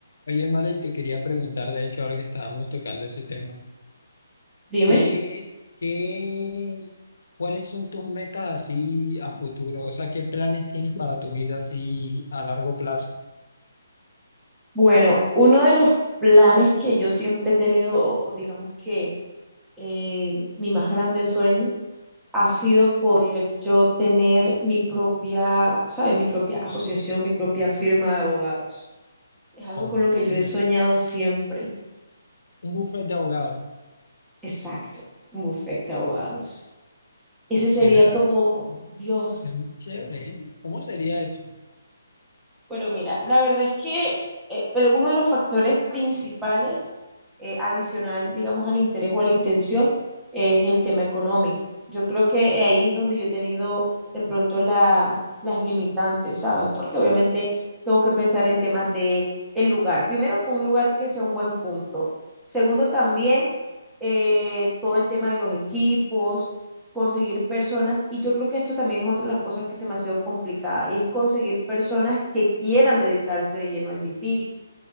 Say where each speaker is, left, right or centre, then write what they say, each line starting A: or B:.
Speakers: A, on the left; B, in the centre.
A: Oye, Mala, y te quería preguntar, de hecho, ahora que estábamos tocando ese tema,
B: Dime.
A: ¿qué, qué, cuáles son tus metas así a futuro? O sea, ¿qué planes tienes para tu vida así a largo plazo?
B: Bueno, uno de los planes que yo siempre he tenido, o digamos que eh, mi más grande sueño, ha sido poder yo tener mi propia, ¿sabes? Mi propia asociación, mi propia firma de abogados. Es algo
A: Oh,
B: con lo que yo
A: un
B: he soñado siempre.
A: Un buffet de abogados,
B: Exacto, un bufete de abogados. Ese
A: cena,
B: sería como, Dios.
A: cena chévere, ¿eh? ¿Cómo sería eso?
B: Pero mira, la verdad es que eh, el- uno de los factores principales eh, adicional, digamos, al interés o a la intención es el tema económico. Yo creo que eh, ahí es donde yo he tenido de pronto la- las limitantes, ¿sabes? Porque obviamente tengo que pensar en temas de el lugar. Primero, con un lugar que sea un buen punto. Segundo, también eh, todo el tema de los equipos, conseguir personas, y yo creo que esto también es otra de las cosas que se me ha sido complicada, y es conseguir personas que quieran dedicarse de lleno al litigio,